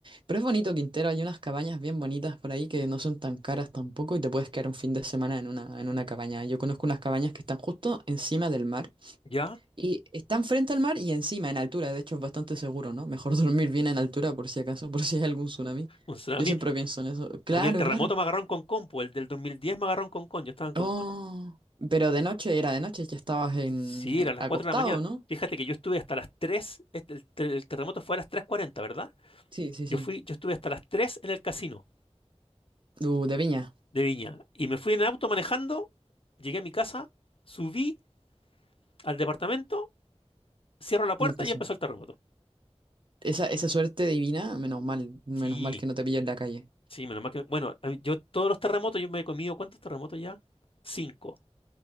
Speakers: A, on the right; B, on the left.
A: Pero es bonito Quintero, hay unas cabañas bien bonitas por ahí que no son tan caras tampoco y te puedes quedar un fin de semana en una, en una cabaña. Yo conozco unas cabañas que están justo encima del mar
B: ¿Ya?
A: y están frente al mar y encima, en altura. De hecho, es bastante seguro, ¿no? Mejor <laughs> dormir bien en altura por si acaso, por si hay algún tsunami.
B: Un tsunami-
A: Yo
B: a
A: siempre
B: mí,
A: pienso en eso. Claro,
B: a mí el terremoto
A: claro.
B: me agarró en Concón, pues el del 2010 me agarró en Concón, yo estaba en Concón.
A: Oh, pero de noche era de noche, ya estabas en
B: Sí, era a las
A: acostado,
B: 4 de la mañana.
A: ¿no?
B: Fíjate que yo estuve hasta las 3, este, el, el terremoto fue a las tres cuarenta, ¿verdad?
A: Sí, sí,
B: Yo
A: sí.
B: fui, yo estuve hasta las 3 en el casino.
A: Uh, de viña,
B: de Viña. Y me fui en el auto manejando, llegué a mi casa, subí al departamento, cierro la puerta
A: ya empezó.
B: y empezó el terremoto.
A: Esa, esa suerte divina, menos mal, menos
B: Sí,
A: mal que no te pillo en la calle.
B: sí, menos mal que... Bueno, a mí- yo todos los terremotos, yo me he comido, ¿cuántos terremotos ya? Cinco.